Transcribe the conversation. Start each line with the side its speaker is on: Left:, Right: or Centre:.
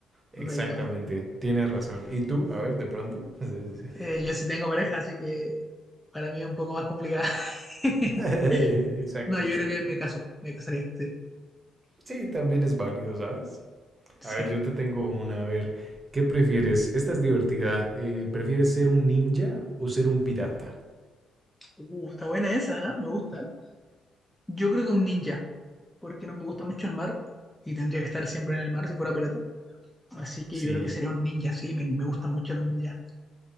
Centre: Entonces
Right: Exactamente,
Centre: ahí cambia.
Right: tienes razón. ¿Y tú? A ver, de pronto. <laughs> Sí, sí,
Centre: Eh,
Right: sí.
Centre: yo sí tengo pareja, así que para mí es un poco más complicada. <laughs>
Right: <laughs> Exacto,
Centre: No, yo
Right: exacto.
Centre: creo que me caso, me casaría, sí.
Right: Sí, también es válido, ¿sabes?
Centre: Sí.
Right: A ver, yo te tengo una. A ver, ¿qué prefieres? Esta es divertida. Eh, ¿prefieres ser un ninja o ser un pirata?
Centre: Uh, está buena esa, ¿eh? Me gusta. Yo creo que un ninja, porque no me gusta mucho el mar y tendría que estar siempre en el mar si fuera pirata. Así que
Right: Sí,
Centre: yo creo que sería un ninja, sí, me, me gustan mucho los ninjas.